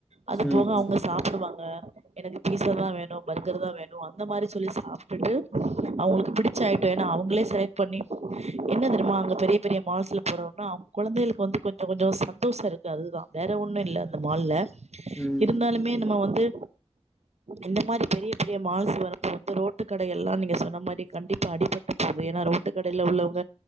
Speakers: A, on the right; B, in the centre.
A: அது
B: ம்,
A: போக
B: ம்.
A: அவங்க சாப்டுவாங்க எனக்கு பீஸா தா வேணு பர்கர் தா வேணு அந்த மாரி சொல்லி சாப்டுட்டு அவங்களுக்கு பிடிச்ச ஐ ஏன்னா அவங்களே செலக்ட் பண்ணி என்ன தெரியுமா அங்க பெரிய பெரிய மால்ஸ்ல போறங்க குழந்தைகளுக்கு வந்து கொஞ்ச கொஞ்ச சந்தோஷம் இருக்கு அதுதான் வேற ஒண்ணு இல்ல அந்த மால்ல
B: ம்,
A: இருந்தாலுமே நம்ம வந்து இந்த மாரி பெரிய பெரிய மால்ஸ் வரபோரப்ப ரோட்டு கடைகெல்லா நீங்க சொன்ன மாரி கண்டிப்பா அடிபட்டு போது ஏன்னா ரோட்டு கடைல உள்ளவங்க